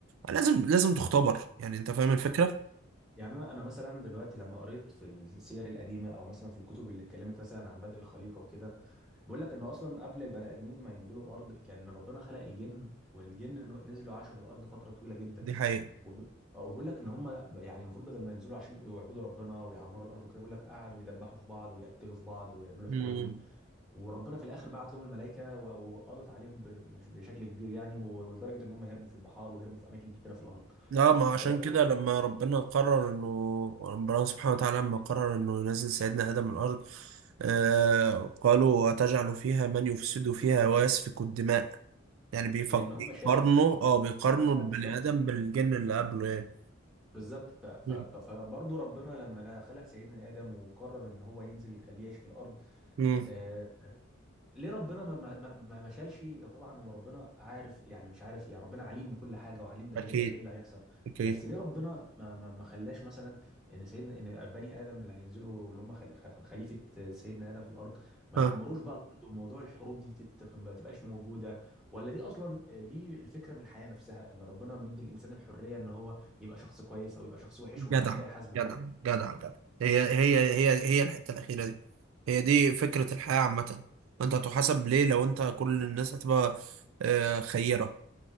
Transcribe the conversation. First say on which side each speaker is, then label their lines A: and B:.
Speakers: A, on the right; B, in the centre.
A: لازم لازم تختبر يعني انت فاهم الفكرة
B: يعني انا انا مثلا دلوقتي لما قريت في السير القديمه او مثلا في الكتب اللي اتكلمت مثلا عن بدء الخليقه وكده بيقول لك ان اصلا قبل البني ادمين ما ينزلوا الارض كان ربنا خلق الجن والجن ن- نزلوا عاشوا في الارض فتره طويله جدا
A: دي حقيقة
B: وب- وبيقول لك ان هم يعني المفروض بدل ما ينزلوا عشان يعبدوا ربنا ويعمروا الارض وكده بيقول لك قعدوا يدبحوا في بعض ويقتلوا في بعض ويعملوا
A: مم.
B: حروب وربنا في الاخر بعت لهم الملائكه و- و- وقضت عليهم ب- ب- بشكل كبير يعني و- ولدرجه ان هم هربوا في البحار وهربوا في اماكن كتيره في الارض
A: لا ما عشان
B: آه،
A: كده
B: و-
A: لما ربنا قرر انه ربنا سبحانه وتعالى لما قرر انه ينزل سيدنا ادم الارض آه قالوا اتجعل فيها من يفسد فيها ويسفك الدماء يعني بيفك-
B: لان هم
A: بيقارنوا
B: شافوا
A: اه بيقارنوا
B: اه
A: البني
B: بالظبط
A: ادم بالجن اللي قبله يعني
B: بالظبط
A: مم.
B: فبرضه ربنا لما أنا خلق سيدنا ادم وقرر ان هو ينزل يخليه يعيش في الارض
A: مم.
B: آه، ليه ربنا ما ما ما ما ما شالش يا طبعا هو ربنا عارف يعني مش عارف يعني ربنا عليم بكل حاجه وعليم باللي
A: اكيد
B: بايه اللي هيحصل
A: اكيد
B: بس ليه ربنا ما ما ما خلاش مثلا ان سيدنا ان بني ادم اللي هينزلوا اللي هم خل- خل- خليفه سيدنا ادم في الارض ما
A: ها
B: يعمروش بقى الارض وموضوع الحروب دي تت- ما تبقاش موجوده ولا دي اصلا دي الفكره من الحياه نفسها ان ربنا مدي الانسان الحريه ان هو يبقى شخص كويس او يبقى شخص وحش
A: جدع
B: وبعد كده يحاسبه
A: جدع
B: عليها
A: جدع جدع هي هي هي هي الحته الاخيره دي هي دي فكره الحياه عامه انت هتحاسب ليه لو انت كل الناس هتبقى آه خيره